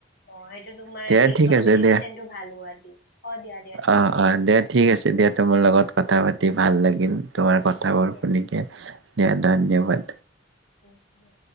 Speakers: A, on the left (about 50°); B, on the right (about 70°).
A: অ' সেইটো তোমাৰ
B: দিয়া
A: এই
B: ঠিক
A: কমিউনিকেশচন
B: আছে দিয়া।
A: টো ভাল হোৱা দি, অ' দিয়া দিয়া। ঠিক
B: অ',
A: আছে
B: অ'
A: দিয়া
B: দে ঠিক আছে দিয়া, তোমাৰ লগত কথা পাতি ভাল লাগিল। তোমাৰ
A: উম,
B: কথাবোৰ
A: দিয়া
B: শুনিকে, দিয়া ধন্যবাদ।
A: উম, দিয়া।